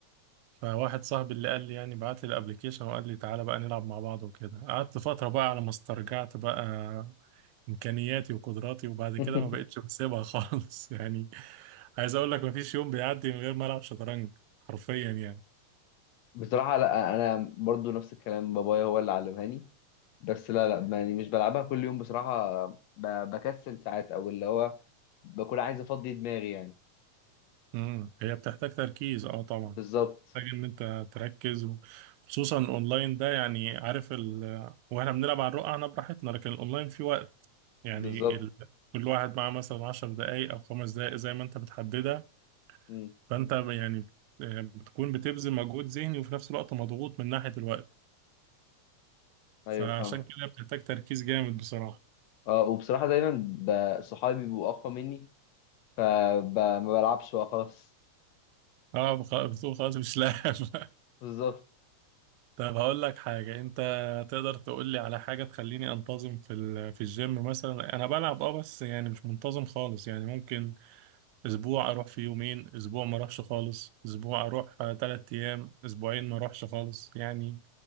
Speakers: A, on the right (about 85°); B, on the left (about 75°).
A: فواحد صاحبي اللي قال لي يعني بعت لي الأبليكيشن وقال لي تعالى بقى نلعب مع بعض وكده قعدت فترة بقى على ما استرجعت بقى امكانياتي وقدراتي وبعد
B: <laughs>
A: كده ما بقتش بسيبها <laughs> خالص يعني عايز اقول لك ما فيش يوم بيعدي من غير ما العب شطرنج حرفيا يعني
B: بصراحة لا أنا برضو نفس الكلام بابايا هو اللي علمهاني بس لا لا يعني مش بلعبها كل يوم بصراحة ب- بكسل ساعات أو اللي هو بكون عايز أفضي دماغي يعني
A: امم هي بتحتاج تركيز اه طبعا
B: بالظبط
A: محتاج ان انت تركز و- خصوصا اونلاين ده يعني عارف ال... واحنا بنلعب على الرقعة انا براحتنا لكن الاونلاين في وقت يعني
B: بالظبط
A: ال... كل واحد معاه مثلا 10 دقايق او خمس دقايق زي ما انت بتحددها
B: مم.
A: فانت يعني آه، بتكون بتبذل مجهود ذهني وفي نفس الوقت مضغوط من ناحية الوقت
B: أيوه
A: فعشان
B: فاهمة
A: كده بتحتاج تركيز جامد بصراحة
B: أه وبصراحة دايما ب- صحابي بيبقوا أقوى مني فما بلعبش بقى خلاص
A: اه بخ- بتقول خلاص مش لاعب <laughs>
B: بالظبط
A: طب هقول لك حاجة انت تقدر تقول لي على حاجة تخليني انتظم في ال... في الجيم مثلا انا بلعب اه بس يعني مش منتظم خالص يعني ممكن اسبوع اروح في يومين اسبوع ما اروحش خالص اسبوع اروح آه، تلات ايام اسبوعين ما اروحش خالص يعني